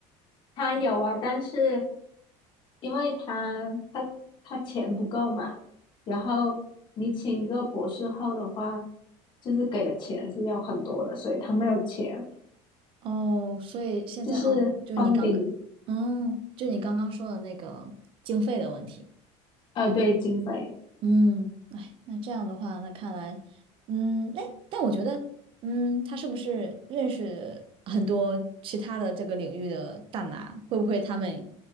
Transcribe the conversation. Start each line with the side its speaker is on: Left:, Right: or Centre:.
Left: 他有啊，但是因为他他他钱不够嘛，然后你请一个博士后的话，就是给的钱是要很多的，所以他没有钱，
Right: 哦，所以现在哦，
Left: 就是
Right: 就是你刚刚，
Left: funding，
Right: 哦，就你刚刚说的那个经费的问题。
Left: 呃，对，经费。
Right: 嗯，哎，那这样的话，那看来，嗯，哎，但我觉得，嗯，他是不是认识很多其他的这个领域的大拿？会不会他们